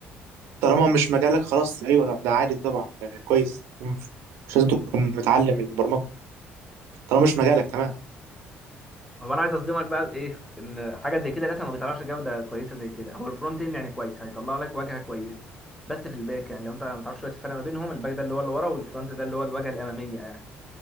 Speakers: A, on the right (about 85°); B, in the centre.
A: طالما مش مجالك خلاص ايوه ده عادي طبعا آه، كويس مم. مش لازم تكون متعلم البرمجه طالما مش مجالك تمام
B: هو انا عايز اصدمك بقى ايه ان حاجه زي كده لسه ما بيطلعش جوده كويسه زي كده هو الفرونت اند يعني كويس هيطلع لك واجهه كويسه بس في الباك يعني لو انت ما تعرفش دلوقتي الفرق ما بينهم الباك ده اللي هو اللي ورا والفرونت ده اللي هو الواجهه الاماميه يعني